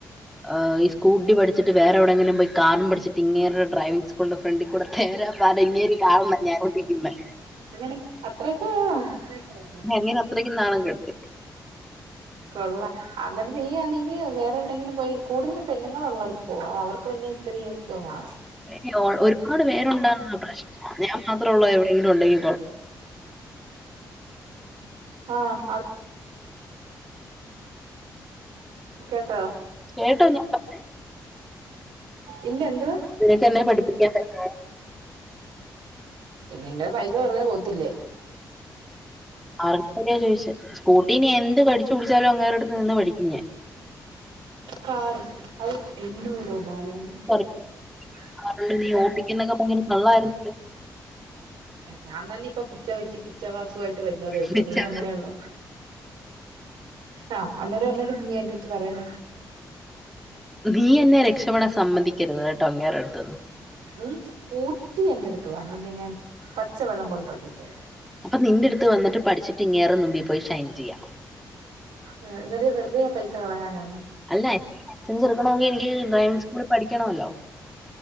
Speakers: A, in the centre; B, on the right.
A: ഏ ഈ സ്കൂട്ടി പഠിച്ചിട്ട് വറെവിടെങ്കിലും പോയി കാറും പഠിച്ചിട്ട് ഇങ്ങേരെ ഡ്രൈവിംഗങ്സ് കൂളിന്റെ ഫ്രണ്ടി കൂടെ തേരാ പാര ഇങ്ങേരു കാണുന്ന ഞാനോട്ടിരിക്കന്ന്
B: അങ്ങനൊക്കെ അത്രയൊക്കെ വേണോ അത്രയൊക്കെ
A: അങ്ങന അത്രക്കും നാണം കെടുത്തി
B: കൊള്ള അന്നിട്ട് നീ ആണെങ്കി വേറെ എവിടെങ്കിലും പോയി കൂടുതല് പെണ്ണങ്ങള് ഒള്ളടുത്ത് പോക അത് അവർക്ക് പിന്നെ, ഇത്തരെ ഒക്കെ വേണം
A: ഇനി ഒ- ഒരുപാട് പേരുണ്ടാകുന്ന പ്രശ്നം ഞാൻ മാത്രമുള്ള എവിടെയെങ്കിലും ഉണ്ടെങ്കിൽ കൊള്ളാം
B: ആ അത് കേട്ടോ
A: കേട്ടോ ഞാൻ പറഞ്ഞെ
B: ഇല്ല എന്ത്?
A: നിനക്ക് എന്നെ പഠിപ്പിക്കാൻ പറ്റും
B: ഇതിന്റെ പൈസ വെറുതെ പോത്തില്ലേ
A: അറിഞ്ഞരിയോ ചോദിച്ചത് സ്കൂട്ടി ഇനി എന്ത് കഠിച്ച് പിടിച്ചാലോ അങ്ങേരുടുത്ത് നിന്ന് പഠിക്കും ഞൻ
B: കാറ് അത് എന്നോടോ ബാലാനി
A: പറയും
B: എന്നാ
A: അതുകൊണ്ട് നീ ഓട്ടിക്കുന്നൊക്കെ
B: ശരി
A: ഭയങ്കര കള്ളായിരുന്നല്ലോ
B: ഞാൻ ന്നാ ഇനി പ്പൊ പിച്ച വെച്ച് പിച്ചവാസു ആയിട്ട് വരുന്നതേ ഉള്ളൂ
A: വിളിച്ചറിഞ്ഞല്ലോ
B: നീ അന്നേരാണ് ആ അന്നേര വന്നടീ നീ എന്റെ അടുത്ത് പറയുന്നെ
A: നീ എന്നെ രക്ഷപ്പെടാൻ സമ്മതിക്കരുത് കേട്ടോ അങ്ങേരടുത്തുന്ന്
B: ഉം സ്കൂട്ടി എന്റെടുത്ത് വാ നിന്നെ ഞാൻ പച്ചവെള്ളം പോലെ പഠിപ്പിച്ചേരാ
A: അപ്പൊ നിന്റെറടുത്ത് വന്നിട്ട് പഠിച്ചിട്ട് ഇങ്ങേറെ മുമ്പിപോയി ഷൈൻ ചെയ്യാം
B: ആ എന്നിട്ട് വെറുതെ ആ പൈസ കളയാനാന്നോ
A: അല്ല എനിക്ക് ലൈസൻസ് എടുക്കണോങ്കി എനിക്ക് ഡ്രൈവിംഗ് സ്കൂളിൽ പഠിക്കണോല്ലോ